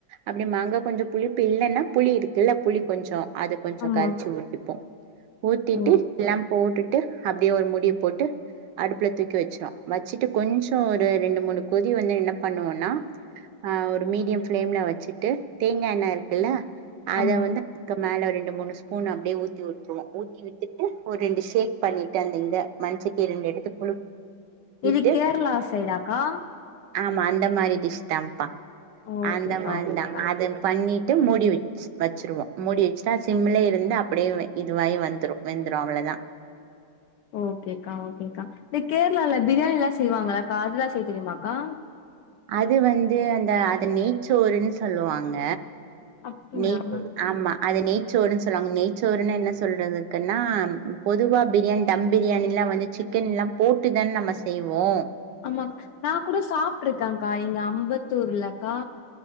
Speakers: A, on the right; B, on the left.
A: அப்டி மாங்கா கொஞ்சம் புளிப்பு இல்லன்னா புளி இருக்குல்ல புளி கொஞ்சோ அத கொஞ்ச
B: ஆமா
A: கரச்சு ஊத்திப்போ ஊத்திட்டு
B: ஓ
A: எல்லாம் போட்டுட்டு அப்டியே ஒரு மூடிய போட்டு அடுப்புல தூக்கி வச்சோ வச்சுட்டு கொஞ்சோ ஒரு ரெண்டு மூனு கொதி வந்து என்ன பண்ணுவோன்னா ஒரு ஆ மீடியம் ஃபிளேம்ல வச்சுட்டு தேங்காண்ண இருக்குல்ல அத
B: ஆமா
A: வந்து அதுக்கு மேல ரெண்டு மூணு ஸ்பூன் அப்படியே ஊத்தி விட்டுருவோ ஊத்திவிட்டுட்டு ஒரு ரெண்டு ஷேக் பண்ணிட்டு அந்த இத மண்சட்டிய ரெண்டு எடுத்து குழு இட்டு
B: இது கேரளா சைடாக்கா
A: ஆமா அந்த மாதிரி டிஷ் தான்ப்பா
B: ஓகேக்கா
A: அந்த மாதிரிதா
B: ஓகேக்கா
A: அத பண்ணி ட்டு மூடி வச்சிருவோ மூடி வச்சுட்டா சிம்லே இருந்து அப்படியே இதுவாயி வந்துடு வெந்துடு அவ்ளோதா
B: ஓகேக்கா ஓகேக்கா இந்த கேரளால பிரியாணி எல்லா செய்வாங்களாக்கா அதுல்லா செய்ய தெரியுமாக்கா
A: அது வந்து அந்த அத நெய்சோருன்னு சொல்லுவாங்க
B: அப்டிங்களா
A: நெய் ஆமா அது நெய் நெய்ச்சோறுன்னு சொல்லுவாங்க நெய்ச்சோருன்னா என்ன சொல்கறதுக்குன்னா பொதுவா பிரியாணி தம் பிரியாணிலா வந்து சிக்கன்லா போட்டு தானே நம்ம செய்வோ
B: ஆமா நா கூட சாப்பிட்ருக்கேக்கா எங்க அம் முப்பத்தூர்லக்கா